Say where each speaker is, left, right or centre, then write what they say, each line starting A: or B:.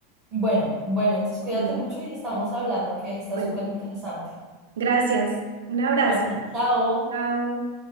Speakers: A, on the right (about 25°); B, on the right (about 65°).
A: Bueno, bueno, entonces cuídate
B: Bueno,
A: mucho y estamos hablando que está
B: bueno,
A: súper interesante.
B: gracias. Un abrazo.
A: A ti, chao.
B: Chao.